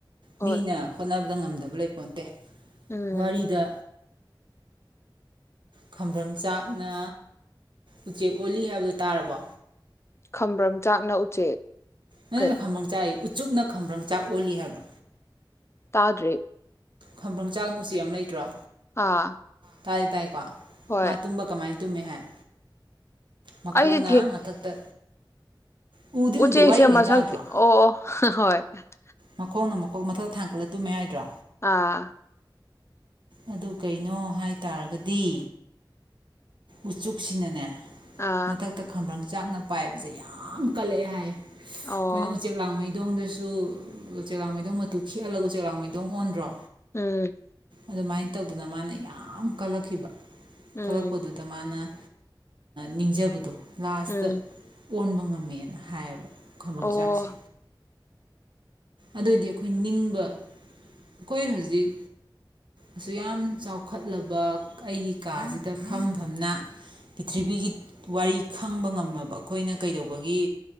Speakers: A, on the left; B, on the right.
A: ꯍꯣꯏ
B: ꯃꯤꯅ ꯍ ꯣꯠꯅꯕ ꯉꯝꯗꯕ ꯂꯩꯄꯣꯟ ꯅꯠꯇꯦ
A: ꯎꯝ
B: ꯋꯥꯔꯤꯗ ꯈꯝꯕ꯭ꯔꯪ ꯆꯥꯛꯅ ꯎꯆꯦꯛ ꯑꯣꯜꯂꯤ ꯍꯥꯏꯕꯗꯨꯣ ꯇꯥꯔꯕꯣ
A: ꯈꯝꯕ꯭ꯔꯪ ꯆꯥꯛꯅ ꯎꯆꯦꯛ
B: ꯅꯪꯅ
A: ꯀꯩ
B: ꯈꯃꯪ ꯆꯥꯏ ꯆꯨꯞꯅ ꯈꯝꯕ꯭ꯔꯪ ꯆꯥꯛ ꯑꯣꯜꯂꯤ ꯍꯥꯏꯕ
A: ꯇꯥꯗ꯭ꯔꯤ
B: ꯈꯝꯕ꯭ꯔꯪ ꯆꯥꯛ ꯎꯆꯦꯛ ꯑꯃ ꯂꯩꯇ꯭ꯔꯣ
A: ꯑꯥ
B: ꯇꯥꯗꯤ ꯇꯥꯏꯀꯣ
A: ꯍꯣꯏ
B: ꯃꯥ ꯇꯨꯝꯕ ꯀꯃꯥꯏ ꯇꯨꯃꯦ ꯍꯥꯏ ꯃꯈꯣꯡꯅ
A: ꯑꯩꯗꯤ
B: ꯃꯊꯛꯇ ꯎꯗꯤ
A: ꯎꯆꯦꯛ
B: ꯎꯗꯦ ꯋꯥꯔꯤ
A: ꯁꯦꯝꯕ
B: ꯑꯣꯏꯅ
A: ꯁꯛꯇꯤ
B: ꯇꯥꯗ꯭ꯔꯣ
A: ꯑꯣ ꯍꯣꯏ <unintelligible>
B: ꯃꯈꯣꯡꯅ ꯃꯈꯣꯛ ꯃꯊꯛꯇ ꯊꯥꯡꯒꯠꯂ ꯇꯨꯝꯃꯦ ꯍꯥꯏꯗ꯭ꯔꯣ
A: ꯑꯥ
B: ꯑꯗꯨ ꯀꯩꯅꯣ ꯍꯥꯏ ꯇꯥꯔꯒꯗꯤ ꯎꯆꯨꯛ ꯁꯤꯅꯅꯦ
A: ꯑꯥ
B: ꯃꯊꯛꯇ ꯈꯥꯕ꯭ꯔꯪ ꯆꯥꯡꯅ ꯄꯥꯏꯕꯁꯦ ꯌꯥꯝ ꯀꯜꯂꯛꯑꯦ ꯍꯥꯏ ꯑꯩꯈꯣꯏꯅ
A: ꯑꯣ
B: ꯎꯆꯦꯛ ꯂꯥꯡꯃꯩꯗꯣꯡꯗꯁꯨ ꯁꯨ ꯆꯦꯔꯥꯛ ꯃꯩꯗꯣꯡ ꯃꯇꯨ ꯈꯤꯛꯍꯜꯂꯒ ꯆꯦꯔꯥꯛ ꯃꯩꯗꯧ ꯑꯣꯟꯗ꯭ꯔꯣ
A: ꯎꯝ
B: ꯑꯗꯨꯃꯥꯏꯅ ꯇꯧꯗꯅ ꯃꯥꯅ ꯌꯥꯝ ꯀꯜꯂꯛꯈꯤꯕ
A: ꯎꯝ
B: ꯀꯜꯂꯛꯄꯗꯨꯗ ꯃꯥꯅ ꯅꯤꯡꯖꯕꯗꯣ ꯂꯥꯁꯇꯥ
A: ꯎꯝ
B: ꯑꯣꯟꯕ ꯉꯝꯃꯦꯅ ꯍꯥꯏꯌꯦꯕ ꯈꯝꯕ꯭ꯔꯪ
A: ꯑꯣ
B: ꯆꯥꯛꯁꯦ ꯑꯗꯨꯑꯣꯏꯗꯤ ꯑꯩꯈꯣꯏ ꯅꯤꯡꯕ ꯑꯩꯈꯣꯏ ꯍꯧꯖꯤꯛ ꯑꯁꯨꯛ ꯌꯥꯝ ꯆꯥꯎꯈꯠꯂꯕ ꯑꯩꯒꯤ ꯀꯥꯁꯤꯗ ꯐꯝ ꯐꯝꯅ ꯄꯤꯊꯔꯤꯕꯤꯒꯤ ꯋꯥꯔꯤ ꯈꯪꯕ ꯉꯝꯃꯕ ꯑꯩꯈꯣꯏꯅ ꯀꯩꯗꯧꯕꯒꯤ